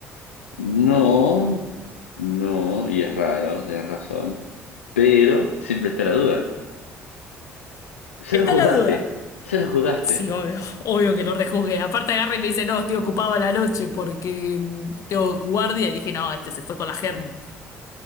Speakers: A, on the left; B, on the left.
A: No, no, y es raro, tenés razón. Pero siempre está la duda. Ya
B: Está
A: lo juzgaste,
B: la duda.
A: ya lo juzgaste.
B: Sí, obvio, obvio que lo rejuzgué. Aparte agarra y me dice, no, estoy ocupado a la noche porque mm, tengo guardia. Y dije, no, este se fue con la germu.